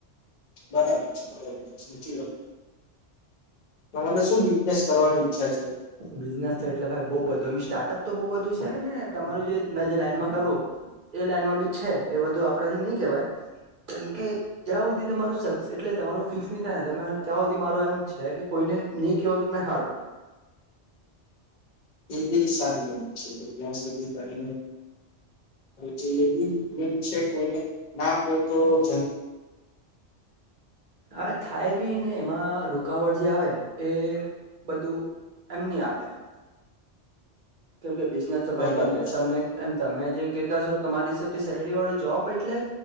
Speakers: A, on the left (about 50°); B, on the right (about 50°).
A: બરાબર છે બરાબર છે સાચી લો તમા તો શું બિઝનેસ કરવાની ઈચ્છા છે
B: બિઝનેસ છે એટલે ભાઈ બઉ બધું એ સ્ટાર્ટઅપ તો બઉ બધું છે ને તમારું જે મેં જે લાઈનમાં કરું એ લાઈનમાં બી છે એ બધું આપણાથી નઈ કેવાય કેમ કે જ્યાં સુધી તમારું સ એટલે તમારું ફિક્સ નહી થાય ને જ્યાં સુધી મારો એમ છે કે કોઈ ન કેવો તો તં હારું
A: એ બ સારી ગ છે એટ ત્યાં સુધી તમે જે બ છે કોઈને ના તો જ
B: હ થાય ભી ને એમાં રૂકાવટ જે આવે ને એ બધું એમની આવે કેમ કે બિઝનેસ તો
A: બરાબર
B: ભાઈ તમે તમને એમ તમે જે કતાો તમારી હિસાબથી સેલેરી વાળું જોબ એટલે